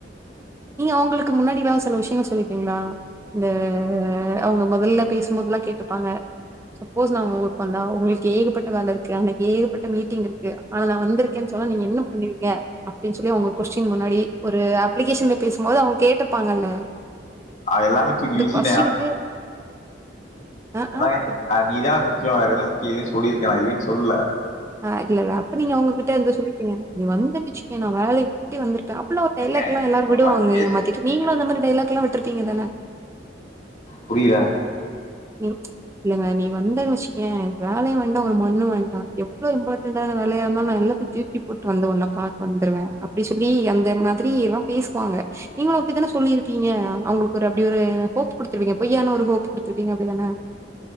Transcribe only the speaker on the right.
நீங்க அவங்க்ளுக்கு முன்னாடிதா சில விஷ்யங்கள் சொல்லிப்பீங்ளா இந்த அவங்க மொதல்ல பேசும்போதுல்லா கேட்டுப்பாங்க சப்போஸ் நா ஒங்கூர்கொந்தா உங்கள்க் கேகப்பட்ட வேலருக்கு அன்னேக்கு ஏகப்பட்ட மீட்டிங் இருக்கு ஆனா நா வந் துருக்கே சொன்னா நீங்க என்னப் பீங்க அப்டின் சொல்லி அவுங்க கொஸ்டின் முன்னாடி ஒரு அப்ளிகேஷன்ல பேசும்போது அவுங்க கேட்டுப்பாங்கல்ல
கொஸ்டினுக்கு
ஆ
ஆ
அது எலா ப நீங்க அவங்கக்கிட்ட எந்த சொல்லிப்பீங்க நீ வந்தேன் வச்சிக்க நா வேலய விட்டு வந்திருப்பே அப் ப்புலா டைலாக்
லா எல்லாரூ
விடுவாங்க
ஏமாத்திட்டு நீங்ளூ அந்த மாரி டைலாக் லா விட் ட்ருப்பீங்க தானே
இ இல்லங்க நீ வந்தன்னு வச்சுக்கயே வேலையூ வேண்டா ஒரு மண்ணூ வேண்டா எவ்ளோ இம்பார்ட்டன்டான வேலயா இருந்தாலு நா எல்லாத்தையூ தூக்கி போட்டு வந்து உன்ன பாக்க வந்துருவே அப்டி சொல்லி அந்த மாத்ரி எல்லா பேசுவாங்க நீங்களூ அப்டி தானே சொல்லிருப்பீங்க அவங்க்ளுக்கு ஒரு அப்டி ஒரு ஹோப் குடுத்துருப்பீங்க பொய்யான ஒரு ஹோப் குடு த்ருப்பீங்க அப்டிதானே